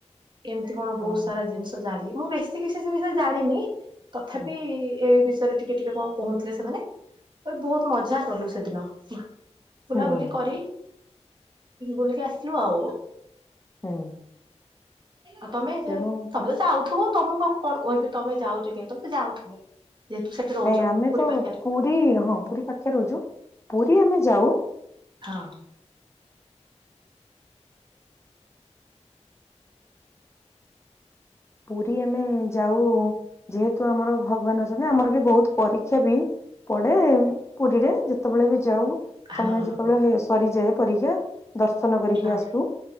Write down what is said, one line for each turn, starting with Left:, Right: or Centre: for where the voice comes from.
Right: ଏମିତି କଣ ବହୁତ
Left: ଓହୋ
Right: ସାରା ଜିନିଷ ଜାଣିଲି ମୁଁ ବେଶୀ କିଛି ସେ ବିଷୟରେ ଜାଣିନି। ତଥାପି
Left: ହୁଁ
Right: ଏଇ ବିଷୟରେ ଟିକେ ଟିକେ କଣ କହୁଥିଲେ ସେମାନେ। ବହୁତ ମଜା କଲୁ ସେଦିନ ବୁଲାବୁଲି
Left: ହୁଁ
Right: କରି ବୁଲିକି ଆସିଲୁ ଆଉ।
Left: ହୁଁ।
Right: ଆଉ ତମେ
Left: ତେଣୁ
Right: ତମେ ତ ଯାଉଥିବ ତମକୁ ଆଉ କଣ କହିବି ତମେ ଯାଉଛ କି ତମେ ଯାଉଥିବ ଯେହେତୁ ସେଠି ରହୁଛ
Left: ନାଇଁ ଆମେ
Right: ପୁରୀ
Left: ତ
Right: ପାଖରେ।
Left: ପୁରୀ ହଁ ପୁରୀ ପାଖେ ରହୁଛୁ ପୁରୀ ଆମେ ଯାଉ।
Right: ହଁ।
Left: ପୁରୀ ଆମେ ଯାଉ ଯେହେତୁ ଆମର ଭଗବାନ ଅଛନ୍ତି ଆମର ବି ବହୁତ ପରୀକ୍ଷା ବି। ପଡ଼େ ପୁରୀରେ ଯେତେବେଳେ ବି ଯାଉ।
Right: ହଁ
Left: ସମୟ ଯେତେବେଳେ ସରିଯାଏ ପରୀକ୍ଷା ଦର୍ଶନ କରିକି
Right: ହଁ
Left: ଆସୁ।